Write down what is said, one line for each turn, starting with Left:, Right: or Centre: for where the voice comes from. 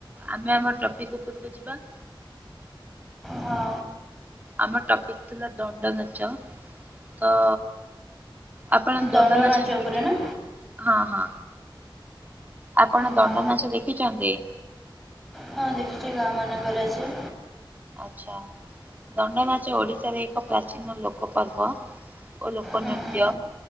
Right: ଆମେ ଆମ ଟ୍ରପିକ୍ ଉପରକୁ ଯିବା।
Centre: ହଁ।
Right: ଆମ ଟପିକ୍ ଥିଲା ଦଣ୍ଡ ନାଚ ତ। ଆପଣ ଦଣ୍ଡନାଚ
Centre: ଦଣ୍ଡ ନାଚ
Right: ଦେଖିଛନ୍ତି।
Centre: ଉପରେ ନା
Right: ହଁ ହଁ ଆପଣ
Centre: ହଁ
Right: ଦଣ୍ଡନାଚ ଦେଖିଛନ୍ତି।
Centre: ହଁ ଦେଖୁଛି ଗାଁ ମାନଙ୍କରେ ଆସିବେ।
Right: ଆଚ୍ଛା ଦଣ୍ଡନାଚ ଓଡିଶାରେ ଏକ ପ୍ରାଚୀନ ଲୋକ ପର୍ବ। ଓ ଲୋକ
Centre: ହୁଁ
Right: ନୃତ୍ୟ
Centre: ହୁଁ